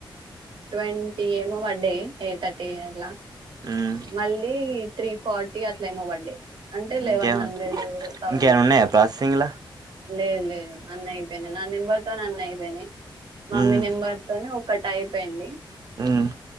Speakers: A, on the right; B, on the right.
A: ట్వంటీ ఏమో వడ్డయి ఏ థర్టీ ఎలా
B: మ్మ్
A: మళ్ళీ త్రీ ఫార్టీ అట్లేమో వడ్డయ్ అంటే లెవన్
B: ఇంకేం
A: హండ్రెడ్ థౌజండ్
B: ఇంకేమన్నా ఉన్నాయా
A: అట్లా
B: ప్రాసెసింగ్లా
A: లేదు లేదు అన్ని అయిపోయినాయి నా నెంబర్ తోనే అన్నీ అయిపోయినయి మమ్మీ
B: మ్మ్
A: నెంబర్ తోనే ఒకటి అయిపోయింది
B: మ్మ్